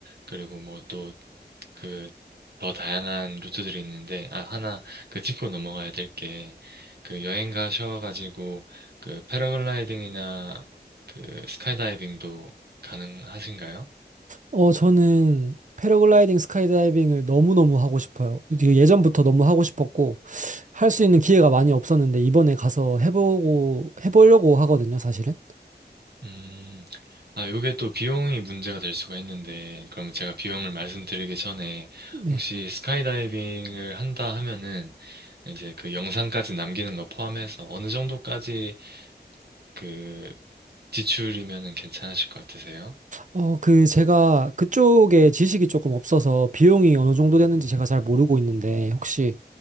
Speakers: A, on the right; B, on the right.
A: 그리고 뭐또 그 더 다양한 루트들이 있는데 아 하나 그 짚고 넘어가야 될 게 그 여행 가셔가지고 그 패러글라이딩이나 그 스카이다이빙도 가능하신가요?
B: 어, 저는 패러글라이딩, 스카이다이빙을 너무너무 하고 싶어요. 이게 예전부터 너무 하고 싶었고, 할 수 있는 기회가 많이 없었는데, 이번에 가서 해보고, 해보려고 하거든요, 사실은.
A: 음, 아 요게 또 비용이 문제가 될 수가 있는데 그러면 제가 비용을 말씀드리기 전에
B: 네.
A: 혹시 스카이다이빙을 한다 하면은 이제 그 영상까지 남기는 거 포함해서 어느 정도까지 그 지출이면은 괜찮으실 것 같으세요?
B: 어, 그, 제가 그쪽에 지식이 조금 없어서 비용이 어느 정도 되는지 제가 잘 모르고 있는데, 혹시